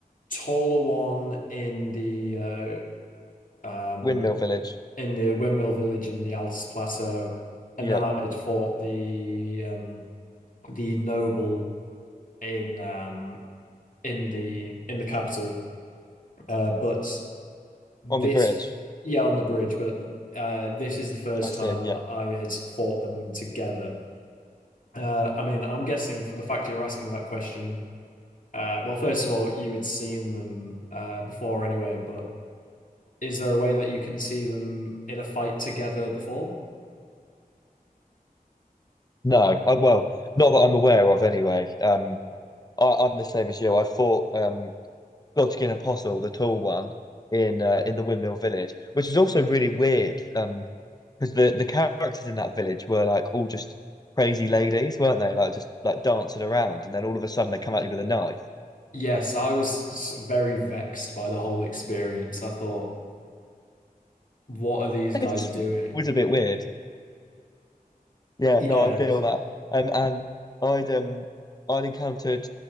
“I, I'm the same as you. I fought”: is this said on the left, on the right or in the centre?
Left